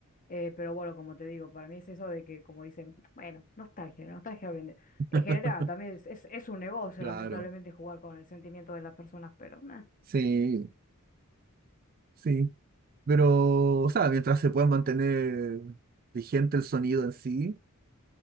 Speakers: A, on the left; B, on the right.
A: eh, pero bueno, como te digo, para mí es eso de que, como dicen, bueno, nostalgia, la nostalgia vende.
B: <laughs>
A: En general, también es, es, es un negocio,
B: claro.
A: lamentablemente, jugar con el sentimiento de las personas, pero nada.
B: Sí, sí. Pero, o sea, mientras se pueda mantener vigente el sonido en sí.